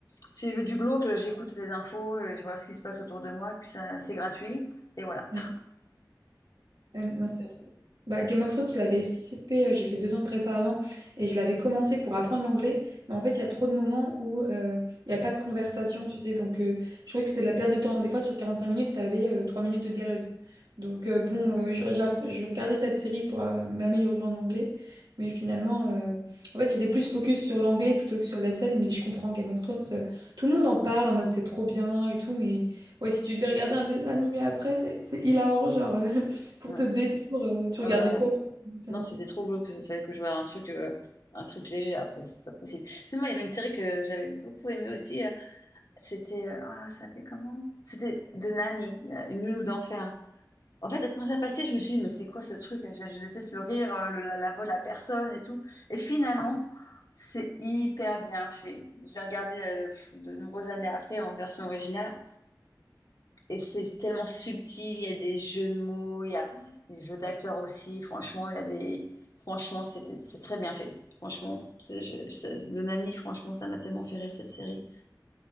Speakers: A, on the left; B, on the right.
A: si je veux du glauque, j'écoute les infos, je vois ce qui se passe autour de moi, puis ça, c'est gratuit, et voilà.
B: Mm. Euh, non, c'est Bah, Game of Thrones, je l'avais aussi fait, euh, j'ai fait deux ans de prépa avant et je l'avais commencé pour apprendre l'anglais, mais en fait, il y a trop de moments où euh, il n'y a pas de conversation, tu sais, donc euh, je trouvais que c'était de la perte de temps. Des fois, sur 45 minutes, tu avais 3 minutes de dialogue. Donc, euh, bon, euh, je, j'appre- je regardais cette série pour euh, m'améliorer en anglais, mais finalement, euh, en fait, j'étais plus focus sur l'anglais plutôt que sur la scène, mais je comprends Game of Thrones, euh, tout le monde en parle en mode c'est trop bien et tout, mais ouais, si tu devais regarder un dessin animé après, c'est c'est hilarant, genre. euh, pour
A: Ouais,
B: te détendre, euh, tu
A: Ah
B: regardais
A: ouais, ouais.
B: quoi comme dessin
A: Non,
B: animé?
A: c'était trop glauque. Il fallait que je voie un truc, euh, un truc léger après. C'était pas possible. C'est moi, il y avait une série que j'avais beaucoup aimée aussi. euh, C'était. euh, Ah, ça s'appelait comment? C'était The Nanny, euh, une nounou d'enfer. En fait, quand ça passait, je me suis dit, mais c'est quoi ce truc? Je, je déteste le rire, euh, le- la, la voix de la personne et tout. Et finalement, c'est hyper bien fait. Je l'ai regardé euh, pff, de nombreuses années après en version originale. Et c'est tellement subtil, il y a des jeux de mots, il y a des jeux d'acteurs aussi. Franchement, il y a des... Franchement, c'était, c'est très bien fait. Franchement, c'est- je- c'est- de Nani, franchement, ça m'a tellement fait rire cette série.